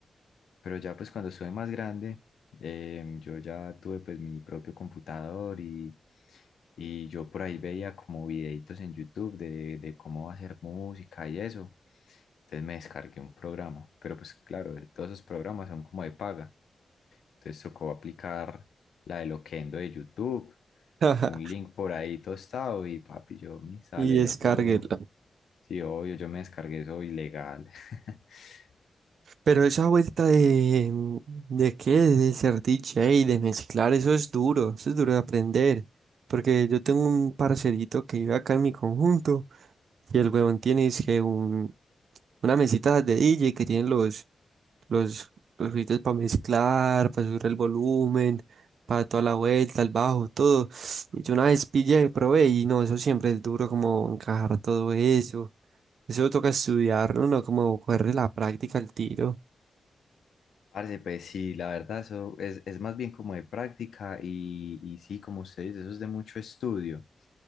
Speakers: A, on the left (about 85°); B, on the right (about 75°).
A: Pero ya pues cuando estuve más grande, em, yo ya tuve pues mi propio computador y, y yo por ahí veía como videitos en YouTube de, de cómo hacer música y eso. Entonces me descargué un programa, pero pues claro, eh, todos esos programas son como de paga. Entonces tocó aplicar la de Loquendo de YouTube,
B: <laughs> Ajá,
A: un link por ahí tostado y papi, yo me sale
B: Y descárguela.
A: eso todo. Sí, obvio, yo me descargué eso ilegal. <laughs>
B: Pero esa vuelta de, ¿de qué? De ser DJ, de mezclar, eso es duro, eso es duro de aprender. Porque yo tengo un parcerito que vive acá en mi conjunto y el huevón tiene es que un, una mesita de DJ que tienen los, los, los gritos para mezclar, para subir el volumen, para toda la vuelta, el bajo, todo. Y yo una vez pillé y probé y no, eso siempre es duro como encajar todo eso. Eso toca estudiarlo, ¿no? No, Como cogerle la práctica al tiro.
A: Parce, pues sí, la verdad, eso es, es más bien como de práctica y, y sí, como usted dice, eso es de mucho estudio,